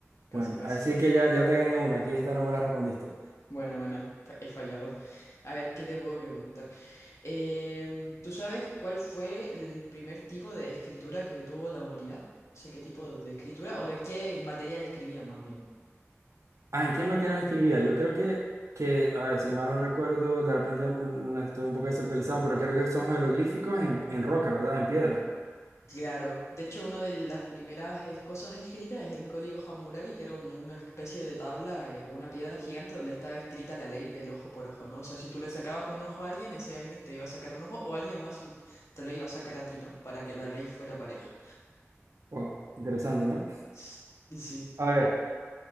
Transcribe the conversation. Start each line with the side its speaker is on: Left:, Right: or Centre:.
Left: casi,
Right: Bueno,
Left: casi.
Right: así que ya, ya te gané una, aquí esta no me la respondiste.
Left: Buena, buena, fa- he fallado. A ver, ¿qué te puedo preguntar? Em, ¿tú sabes cuál fue el primer tipo de escritura que tuvo la humanidad? O sea, ¿qué tipo de escritura o en qué material escribían más bien?
Right: Ah, ¿en qué material escribía? Yo creo que, que, a ver, si mal no recuerdo, de repente mm, estoy un poco desactualizado, pero creo que son jeroglíficos en, en roca, ¿verdad? En piedra.
Left: Claro, de hecho una de las primeras eh, cosas escritas es el código Hammurabi, que era un- una especie de tabla eh, o una piedra gigante donde estaba escrita la ley del ojo por ojo, ¿no? O sea, si tú le sacabas un ojo a alguien, ese alguien te iba a sacar un ojo o alguien más te lo iba a sacar a ti, ¿no? Para que la ley fuera pareja.
Right: Wow, interesante, ¿no?
Left: S- Sí,
Right: <laughs> A ver,